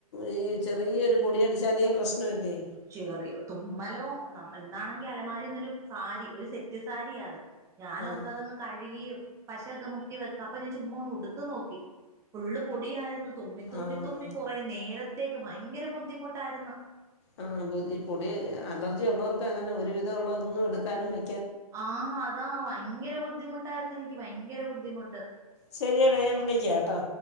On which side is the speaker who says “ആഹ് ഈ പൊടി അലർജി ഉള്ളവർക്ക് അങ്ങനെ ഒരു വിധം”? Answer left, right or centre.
Left